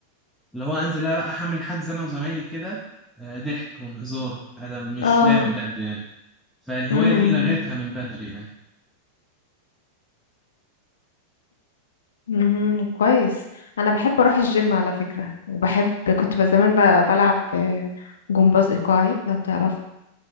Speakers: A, in the centre; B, on the left.
A: اللي هو انزل ألع- احمل حجز انا وزمايلي كده آه، ضحك وهزار ادم مش
B: اه
A: لعب جد يعني فالهوايه
B: امم
A: دي لغيتها من بدري يعني
B: مهم. كويس انا بحب اروح الجيم على فكرة وبحب كنت بس زمان ب- بلعب آه، جمباز ايقاعي لو تعرف